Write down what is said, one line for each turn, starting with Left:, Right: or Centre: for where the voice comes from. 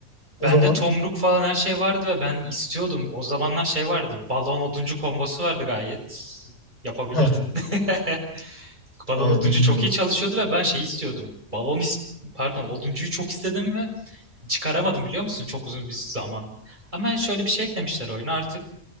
Left: o
Right: bende
Left: zaman.
Right: Tomruk falan her şey vardı ve ben istiyordum. O zamanlar şey vardı. Balon oduncu kombosu vardı gayet. Yapabilirdin.
Left: Heh,
Right: <laughs> Balon
Left: abi
Right: oduncu
Left: bilmiyorum.
Right: çok iyi çalışıyordu ve ben şey istiyordum. Balon is- pardon oduncuyu çok istedim ve çıkaramadım biliyor musun? Çok uzun bir zaman. Ama şöyle bir şey eklemişler oyuna artık.